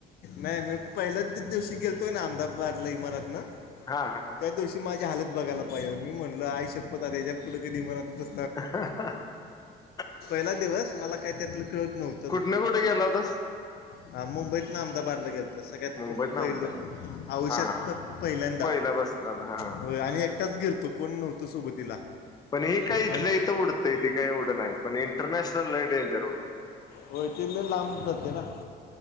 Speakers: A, on the left (about 65°); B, on the left (about 20°).
A: नाही मी पहिल्याच दिवशी गेलतोय ना अहमदाबादला विमानं
B: हा. हा.
A: त्या दिवशी माझी हालत बघायला पाहिजे मी म्हणलं आय शपथ आात याच्या पुुं कधी मत बस
B: ह <unintelligible>
A: आला दिवस मला काय त्यातलं कळतं नव्हंतं.
B: कुठंन कुठें गेलास होता?
A: हा मुंबईत ना अहमदाबादला गेल तर सगळ्यात
B: मुंबईत ना
A: पहिलं
B: अहमदाबाद
A: आयुष्यात
B: हा
A: पहिल्यांदा
B: पहिला बसणार हा
A: होय. आणि एकटाच गेलतो कोण नव्हतो सोबतीला.
B: पण ही काही इथलं
A: आणि
B: इथं उडतं काही ऐवड नाही पण इंटरनॅशनल डेंजर उडतं.
A: व्हय ते लई लांब जाते ना.